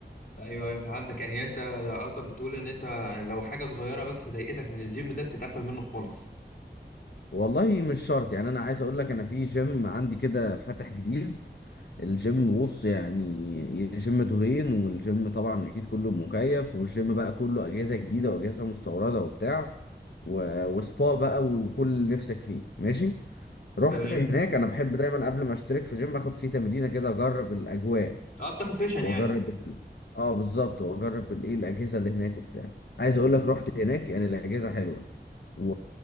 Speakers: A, on the left (about 50°); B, on the left (about 70°).
A: ايوه ايوه فهمتك يعني انت قصدك بتقول ان انت لو حاجة صغيرة بس ضايقتك من الجيم ده بتتقفل منه خالص
B: والله مش شرط يعني أنا عايز أقول لك أنا في جيم عندي كده فاتح جديد الجيم بص يعني جيم دورين والجيم طبعا أكيد كله مكيف والجيم بقى كله أجهزة جديدة وأجهزة مستوردة وبتاع و... وسبا بقى وكل اللي نفسك فيه ماشي رحت
A: تمام
B: هناك أنا بحب دايما قبل ما أشترك في جيم أخد فيه تمرينة كده أجرب الأجواء
A: اه بتاخد سيشن
B: واجرب
A: يعني
B: ال... اه بالظبط واجرب الايه الاجهزه اللي هناك وبتاع عايز اقول لك رحت هناك يعني الاجهزه حلوه و...